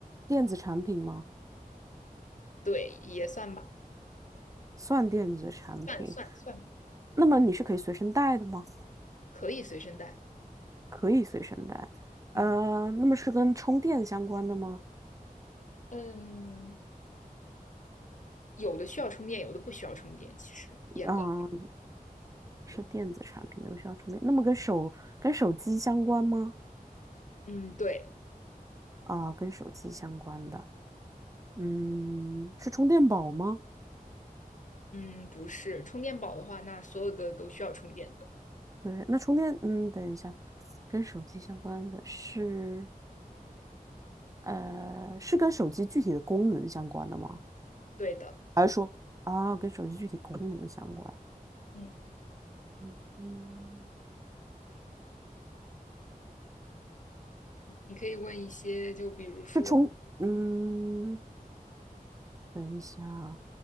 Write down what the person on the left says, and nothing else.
对，也算吧，
算算算，
可以随身带。
嗯。
嗯，有的需要充电，有的不需要充电。其实严格，
嗯，对，
嗯，不是充电宝的话，那所有的都需要充电的。
对的，
嗯，
你可以问一些，就比如说，